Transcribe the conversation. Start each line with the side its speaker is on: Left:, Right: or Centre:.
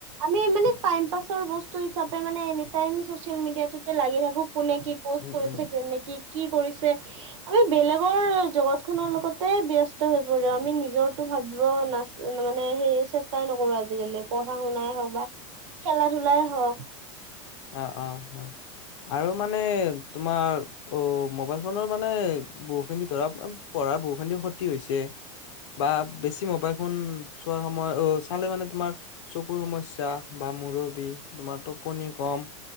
Right: আমি মানে টাইম পাছৰ বস্তু হিচাপে মানে এনিটাইম চচিয়েল মিডিয়াটোত তে লাগি থাকো কোনে কি প'ষ্ট
Left: উম
Right: কৰিছে?
Left: উম
Right: বে মেটি কি কৰিছে? আমি বেলেগৰ জগত খনৰ লগতে ব্যস্ত হৈ পৰো, আমি নিজৰটো ভাবিব নাচ মানে সেই চেষ্টাই নকৰো আজিকালি, পঢ়া- শুনাই হওক বা খেলা- ধলাই হওক।
Left: অঁ অঁ হয়, আৰু মানে তোমাৰ অ মোবাইল ফোনৰ মানে বহুখিনি ধৰা পঢ়াৰ বহু খিনি ক্ষতি হৈছে। বা বেছি মোবাইল ফোন চোৱাৰ সময় অ চালে মানে তোমাৰ চকুৰ সমস্যা বা মূৰৰ বিষ, তোমাৰ টোপনি কম